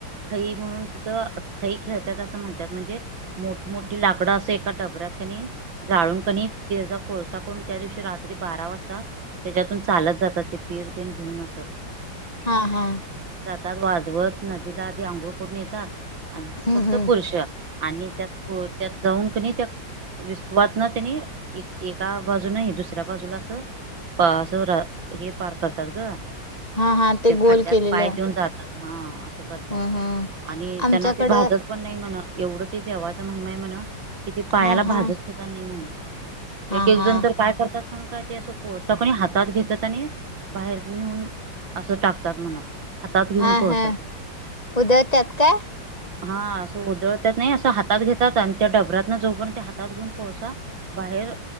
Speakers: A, on the right; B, on the left.
A: खई म्हणून तिथं खई खेळतात असं म्हणतात म्हणजे मोठमोठी लाकडं असं एका डबऱ्यात जाळून का नाई त्या कोळसा करून त्या दिवशी रात्री बारा वाजता त्याच्यातून चाल जात ते पिरते घेऊन अस
B: हा हा
A: वाजवत नदीला आधी आंघोळ करून येतात आणि
B: हम्म
A: फक्त
B: हम्म
A: पुरुष आणि त्यात त्यात जाऊन कणी त्या विसवात ना त्यांनी एका बाजू नाही दुसऱ्या बाजूला असं पाजुरा हे पार करतात ग
B: हा हा ते
A: त्या
B: गोल
A: खड्ड्यात
B: केलेलं
A: पाय देऊन जातात हा करतात
B: हम्म हम्म
A: आणि
B: आमच्याकडं
A: त्यांना ते भाजत पण नाही म्हण एवढं ते देवाचा महिमा आहे म्हण किती पायाला
B: हा
A: भाजत
B: हा
A: होता नाही म्हणे
B: हा
A: एक एक
B: हा
A: जण तर काय करत काय ते असं पता कोणी हातात घेतत आणि बाहेर नेऊन असं टाकतात म्हणा हातात घेऊन
B: हा
A: कोळसा
B: हा उदळतात का
A: हा असं उदळत नाही असं हातात घेतात आणि त्या डबर्यात ना जो पण त्या हातात घेऊन कोळसा बाहेर